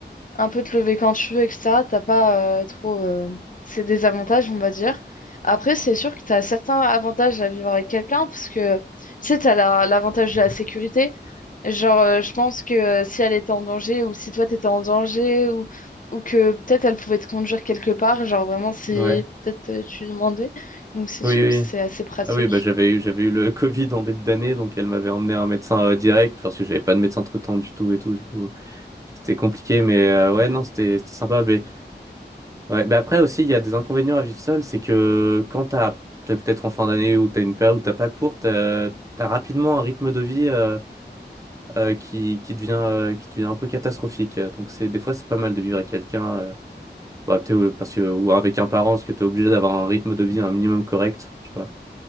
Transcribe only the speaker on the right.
ouais.
Oui,
oui.
Ah oui, bah j'avais eu, j'avais eu le <laughs> Covid en début d'année, donc elle m'avait emmené un médecin euh, direct, Enfin, parce que j'avais pas de médecin traitant du tout et tout, du coup, c'était compliqué, mais euh, ouais, non, c'était, c'était sympa. Mais Ouais, mais après aussi, il y a des inconvénients à vivre seul, c'est que quand t'as, t'es peut-être en fin d'année ou t'as une période où t'as pas cours, t'as, t'as rapidement un rythme de vie euh, euh, qui, qui devient, euh, qui devient un peu catastrophique. Donc c'est, des fois, c'est pas mal de vivre avec quelqu'un, euh, bah, t'es- euh, parce que, ou avec un parent, parce que t'es obligé d'avoir un rythme de vie un minimum correct, tu vois.